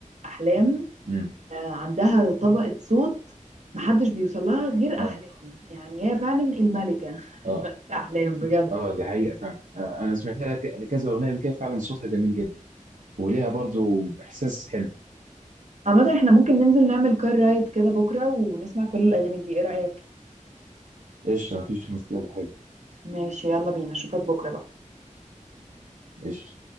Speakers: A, on the right; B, on the right.
A: أحلام
B: امم
A: آه، عندها طبقة صوت محدش بيوصل لها غير
B: اه
A: أحلام يعني هي فعلا الملكة <laughs> الملكة
B: اه
A: أحلام بجد
B: اه دي حقيقه فعلا آه، انا سمعت لها ك- كذا اغنيه قبل كده فعلا صوتها جميل جدا وليها برضو احساس حلو
A: عامة احنا ممكن ننزل نعمل كار رايد كده بكرة ونسمع كل الأغاني دي ايه رأيك؟
B: قشطه مفيش مشكله حلو
A: ماشي يلا بينا اشوفك بكرة بقى
B: قشطه